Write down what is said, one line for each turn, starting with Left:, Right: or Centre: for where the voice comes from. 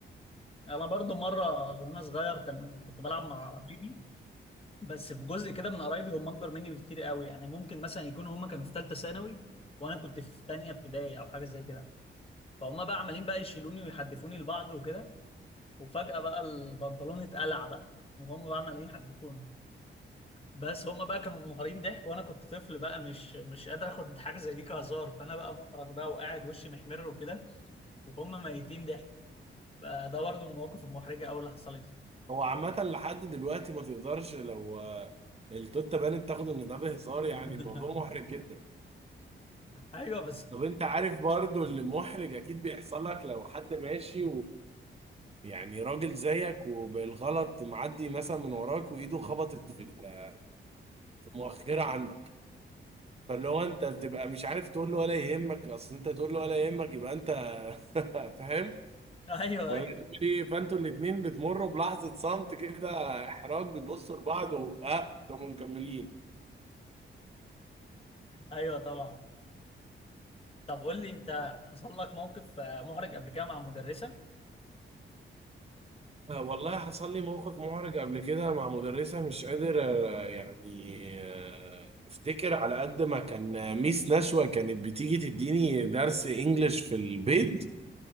Left: انا برضو مره وانا صغير كان كنت بلعب مع قرايبي بس في جزء كده من قرايبي هم اكبر مني بكتير قوي يعني ممكن مثلا يكونوا هم كانوا في ثالثه ثانوي وانا كنت في ثانيه ابتدائي او حاجه زي كده فهم بقى عمالين بقى يشيلوني ويحدفوني لبعض وكده وفجأة بقى البنطلون اتقلع بقى وهم بقى عمالين يحدفوني بس هم بقى كانوا منهارين ضحك وانا كنت طفل بقى مش مش قادر اخد حاجه زي دي كهزار فانا بقى بخرج بقى وقاعد وشي محمر وكده وهم ميتين ضحك فده برضه من المواقف المحرجه قوي اللي حصلت لي
Right: هو عامة لحد دلوقتي ما تقدرش لو آه، التوتة بانت تاخد ان ده بهزار يعني
Left: <laughs>
Right: الموضوع محرج جدا
Left: ايوه بس
Right: طب انت عارف برضو اللي محرج اكيد بيحصل لك لو حد ماشي يعني راجل زيك وبالغلط معدي مثلا من وراك وايده خبطت في ال- في المؤخره عندك فاللي هو انت بتبقى مش عارف تقول له ولا يهمك اصل انت تقول له ولا يهمك يبقى انت <laughs> فاهم
Left: ايوه
Right: ولا
Left: ايوه
Right: تقول ايه فانتوا الاتنين بتمروا بلحظه صمت كده احراج بتبصوا لبعض واه انتوا مكملين
Left: ايوه طبعا طب قول لي انت حصل لك موقف آه، محرج قبل كده مع مدرسه
Right: آه، والله حصل لي موقف محرج قبل كده مع مدرسة مش قادر آه، يعني آه، افتكر على قد ما كان آه، ميس نشوى كانت بتيجي تديني درس انجليش في البيت